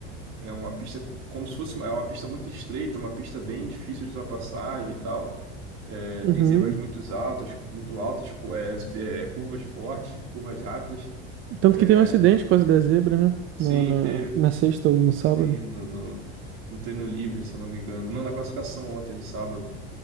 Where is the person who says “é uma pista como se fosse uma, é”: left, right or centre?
Right